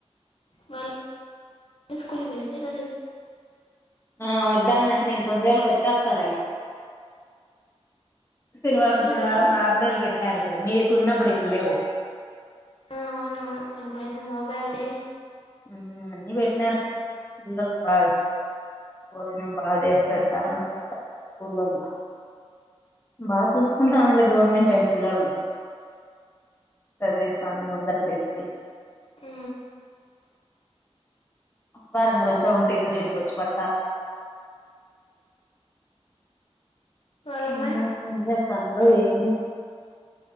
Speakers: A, on the left (about 55°); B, on the left (about 20°).
A: వాళ్ స్ స్కూల్ పోయినాక ఈరోజు
B: ఆ వద్దాన్నకనే ఈ కొంచసేపాటిలో వచ్చేస్తారేమో శనివారం
A: స్కూల్
B: శనివారం
A: కి పోయినారా వాళ్ళు
B: ఆవిడేళ్ళ పెట్టి మీకు ఉన్నప్పుడు ఇట్లా లేవు.
A: ఆ అవును ఎప్పుడుంత నో బ్యాగడే
B: ఉ అన్నీ పెటినారు ఊరోళ్ళు బాగా భోజనం బా బా చేస్ పెడతారు. ఊర్లోలు మా బాగాచూసుకుంటందిలే గవర్నమెంట్ ఏం పిల్లల్ని. చదివిస్తోంది ముందర తీసుకపోయి.
A: ఉ
B: పారంంగరంచా ఉంటే ఇద్దరేంటికి వచ్చి పడతారు.
A: వాళ్ళమ్మాయి
B: ఇంకా ఏం చేస్ తాండ్రు ఏమీ